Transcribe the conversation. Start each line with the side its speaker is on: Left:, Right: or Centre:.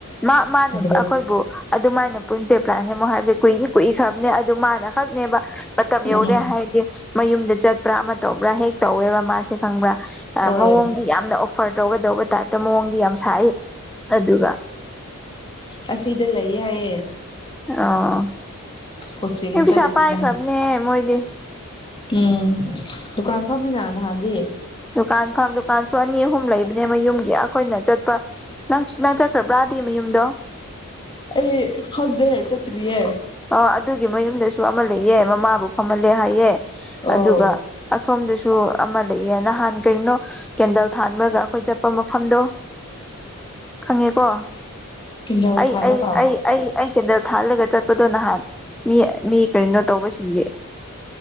Centre: ꯃꯥ ꯃꯥꯅ
Left: ꯒ꯭ꯔꯨꯞ
Centre: ꯑꯩꯈꯣꯏꯕꯨ ꯑꯗꯨꯃꯥꯏꯅ ꯄꯨꯟꯁꯦ ꯄ꯭ꯂꯥꯛꯁ ꯑꯃꯨꯛ ꯍꯥꯏꯁꯦ ꯀꯨꯏꯁꯤ ꯀꯨꯏꯈ꯭ꯔꯕꯅꯦ ꯑꯗꯨ ꯃꯥꯅ ꯈꯛꯅꯦꯕ ꯃꯇꯝ ꯌꯧꯔꯦ
Left: ꯎꯝ
Centre: ꯍꯥꯏꯗꯤ ꯃꯌꯨꯝꯗ ꯆꯠ ꯄꯔꯥꯥ ꯑꯃ ꯇꯧꯕ꯭ꯔꯥ ꯍꯦꯛ ꯇꯧꯋꯦꯕ ꯃꯥꯁꯦ ꯈꯪꯕ꯭ꯔꯥ
Left: ꯍꯣꯏ
Centre: ꯃꯑꯣꯡꯗꯤ ꯌꯥꯝꯅ ꯑꯣꯐꯔ ꯇꯧꯒꯗꯧꯕ ꯇꯥꯏꯞꯇ ꯃꯑꯣꯡꯗꯤ ꯌꯥꯝ ꯁꯥꯏ ꯑꯗꯨꯒ
Left: ꯑꯁꯤꯗ ꯂꯩꯌꯦ ꯌꯥꯑꯌꯦ
Centre: ꯑꯥ
Left: ꯀꯣꯆꯤꯡ
Centre: ꯄꯩꯁꯥ
Left: ꯆꯠꯂꯤ
Centre: ꯄꯥꯏꯈ꯭ꯔꯕꯅꯦ
Left: ꯍꯥꯏ
Centre: ꯃꯣꯏꯗꯤ
Left: ꯎꯝ ꯗꯨꯀꯥꯟ ꯐꯝꯃꯤꯅ ꯅꯍꯥꯟꯗꯤ
Centre: ꯗꯨꯀꯥꯟ ꯐꯝ ꯗꯨꯀꯥꯟꯁꯨ ꯑꯅꯤ ꯑꯍꯨꯝ ꯂꯩꯕꯅꯦ ꯃꯌꯨꯝꯒꯤ ꯑꯩꯈꯣꯏꯅ ꯆꯠꯄ ꯅꯪ ꯅꯪ ꯆꯠꯈ꯭ꯔꯕ꯭ꯔꯥꯗꯤ ꯃꯌꯨꯝꯗꯣ
Left: ꯑꯦ ꯍꯧꯗ꯭ꯔꯦ ꯆꯠꯇ꯭ꯔꯤꯌꯦꯦ
Centre: ꯑ ꯑꯗꯨꯒꯤ ꯃꯌꯨꯝꯗꯁꯨ ꯑꯃ ꯂꯩꯌꯦ ꯃꯃꯥꯕꯨ ꯐꯝꯍꯜꯂꯦ ꯍꯥꯏꯌꯦ
Left: ꯑꯣ
Centre: ꯑꯗꯨꯒ ꯑꯁꯣꯝꯗꯁꯨ ꯑꯃ ꯂꯩꯌꯦ ꯅꯍꯥꯟ ꯀꯔꯤꯅꯣ ꯀꯦꯟꯗꯜ ꯊꯥꯟꯕꯈꯔꯒ ꯑꯩꯈꯣꯏ ꯆꯠꯄ ꯃꯐꯝꯗꯣ ꯈꯪꯉꯦꯀꯣ
Left: ꯀꯤꯟꯖꯥꯎ
Centre: ꯑꯩ
Left: ꯊꯥꯜꯂꯒ
Centre: ꯑꯩ ꯑꯩ ꯑꯩ ꯑꯩ ꯀꯦꯟꯗꯜ ꯊꯥꯜꯂꯒ ꯆꯠ ꯗꯣ ꯅꯍꯥꯟ ꯃꯤ ꯃꯤ ꯀꯔꯤꯅꯣ ꯇꯧꯕꯁꯤꯡꯒꯤꯒ